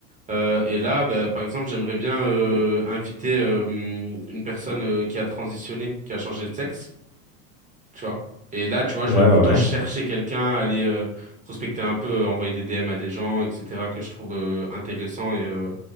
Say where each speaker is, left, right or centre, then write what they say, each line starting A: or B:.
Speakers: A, on the right; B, on the left.
A: Euh, et là, bah, par exemple, j'aimerais bien euh, inviter euh, une personne euh, qui a transitionné, qui a changé de sexe tu vois. Et là, tu vois, je
B: Ouais,
A: vais plutôt
B: ouais. ouais.
A: chercher quelqu'un, aller euh, prospecter un peu, euh, envoyer des DM à des gens, etc., que je trouve euh, intéressants et, euh,